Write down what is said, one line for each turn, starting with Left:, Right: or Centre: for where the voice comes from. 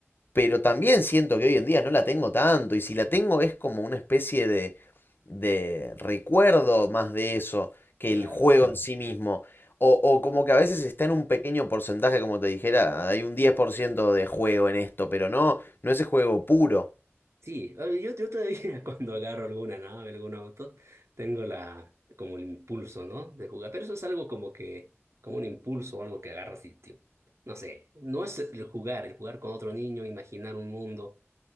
Left: pero también siento que hoy en día no la tengo tanto, y si la tengo es como una especie de, de recuerdo más de eso que
Right: claro.
Left: el juego en Claro. sí mismo. O, o como que a veces está en un pequeño porcentaje, como te dijera, hay un 10% de juego en esto, pero no, no ese juego puro.
Right: Sí, a ver, yo, yo todavía <laughs> cuando agarro alguna nave, algún auto, tengo la, como el impulso, ¿no? De jugar, pero eso es algo como que, como un impulso o algo que agarras y, te- no sé, no es el jugar, el jugar con otro niño, imaginar un mundo,